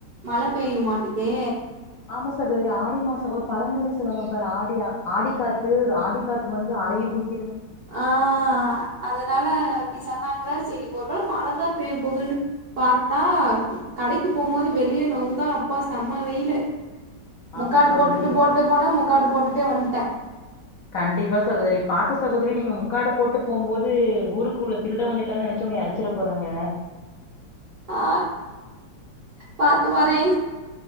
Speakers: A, on the right; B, on the left.
A: மழ பெய்ய மாட்டுதே
B: ஆமா சகோதரி ஆடி மாசொ ஒரு பழமொழி சொல்லுவாங்க பாரு ஆடி ஆடி காாத்து ஆடி காத்து வந்து அலையே தூக்கி
A: ஆ அதனால அப்டி சென்னாங்களா செரி ஒரு வேல மழ <unintelligible> தா பேய போதுன்னு பாத்தா கடைக்கு போம்போது வெளிய நவுந்தா அப்பா செம்ம வெயிலு முக்காடு
B: ஆமா சகோதரி
A: போட்டுட்டு போட்டு போனே முக்காடு போட்டுட்டே வன்ட்ட
B: கண்டிப்பா சகோதரி பாத்து சகோதரி நீங்க முக்காடு போட்டு போம்போது ஊருக்குள்ள திருடெ வந்துட்டான்னு நெனச்ச சி உன்னய அடிச்சிட போறாங்க
A: ஆ பாத்து வரே